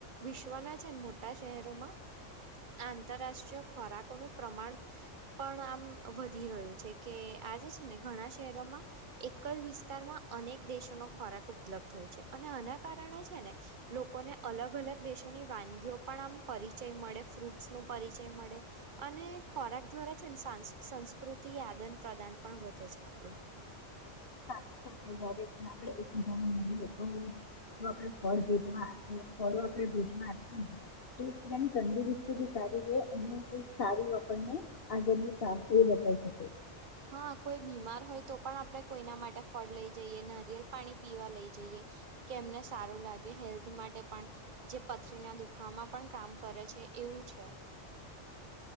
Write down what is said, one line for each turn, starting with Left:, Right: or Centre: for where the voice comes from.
Right: વિશ્વના છેન મોટા શહેરોમાં આંતરરાષ્ટ્રીય ખોરાકોનું પ્રમાણ પણ આમ વધી રહ્યું છે કે આજે છે ને ઘણા શહેરોમાં એક જ વિસ્તારમાં અનેક દેશોનો ખોરાક ઉપલબ્ધ હોય છે અને આના કારણે છે ને લોકોને અલગ અલગ દેશોની વાનગીઓ પણ આમ પરિચય મળે ફ્રૂટ્સનું પરિચય મળે અને ખોરાક દ્વારા છે ન સંસ સંસ્કૃતિ આદન પ્રદાન પણ વધે છે આપડુ
Left: સાથે સાથે જયારે પણ આપડે એકબીજાને મળીએ તો જો આપડે ફળ ભેટવા ફળો આપડે ભીટમાં આપીએ ને તો એકદમ તંદુરસ્તી બી સારી રે અને એ સારું આપણને આગળનું કામ એ બતાવી શકે છે
Right: હા કોઈ બીમાર હોય તો પણ આપડે કોઈના માટે ફળ લઈ જઈએ નરિયેલ પાણી પીવા લઈ જઈએ કે એમને સારું લાગે હેલ્થ માટે પણ જે પથરીના દુખાવામાં પણ કામ કરે છે એવું છે